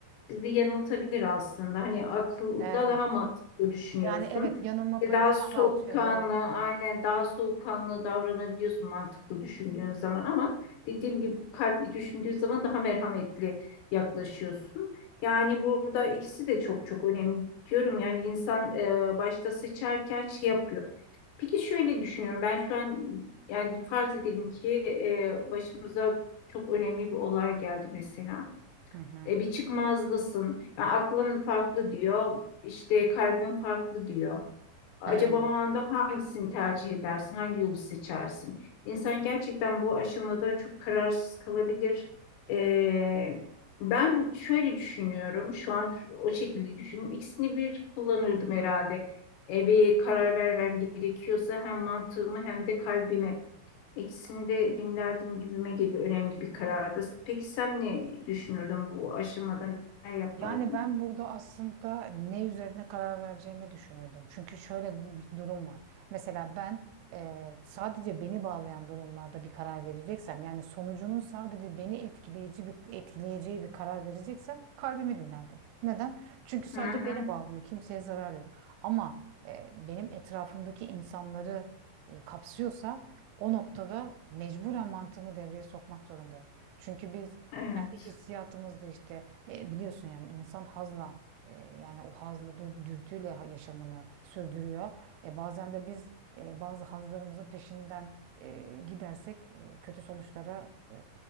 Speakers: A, on the left (about 80°); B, on the right (about 85°).
A: bizi yanıltabilir aslında. Hani akılda
B: evet.
A: daha mantıklı düşünüyorsun.
B: Yani evet yanılma
A: E,
B: payını
A: Daha soğukkanlı,
B: azaltıyor doğru.
A: aynen daha soğukkanlı davranabiliyorsun mantıklı düşündüğün zaman ama dediğim gibi kalpli düşündüğün zaman daha merhametli yaklaşıyorsun. Yani burada ikisi de çok çok önemli diyorum. Yani insan e, başta seçerken şey yapıyor. Peki şöyle düşünüyorum. Ben şu an yani farz edelim ki e, başımıza çok önemli bir olay geldi mesela.
B: Hı hı.
A: E, bir çıkmazlısın. Yani aklın farklı diyor, işte kalbin farklı diyor. Acaba
B: Hı.
A: o anda hangisini tercih edersin, hangi yolu seçersin? İnsan gerçekten bu aşamada çok kararsız kalabilir. E, ben şöyle düşünüyorum, şu an şu- o şekilde düşünüyorum. İkisini bir kullanırdım herhalde. E, bir karar vermem gerekiyorsa hem mantığımı hem de kalbimi. Ekisini de dinlerdim gibime geliyor önemli bir karardı. Peki sen ne düşünürdün bu aşamada ne yapardın?
B: Yani ben burada aslında ne üzerine karar vereceğimi düşünürdüm. Çünkü şöyle bir durum var. Mesela ben eee, sadece beni bağlayan durumlarda bir karar vereceksem, yani sonucunun sadece beni etkileyici bir etkileyeceği bir karar vereceksem kalbimi dinlerdim. Neden? Çünkü sadece
A: Hı hı,
B: beni bağlıyor, kimseye zarar yok. Ama eee, benim etrafımdaki insanları eee, kapsıyorsa o noktada mecburen mantığımı devreye sokmak zorundayım. Çünkü biz
A: evet.
B: kendi hissiyatımızda işte e, biliyorsun yani insan hazla e, yani o hazla dur- dürtüyle ha- yaşamını sürdürüyor. E, bazen de biz e, bazı hazlarımızın peşinden e, gidersek e, kötü sonuçlara e,